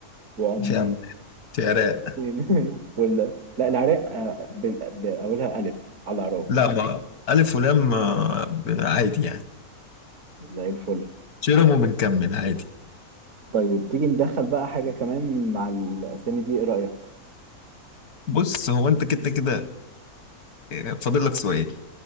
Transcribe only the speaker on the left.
في عم في عراق
لا ما الف ولام آه، ب- عادي يعني
شيرم وبنكمل عادي
بص هو انت كده كده آه، فاضل لك سؤال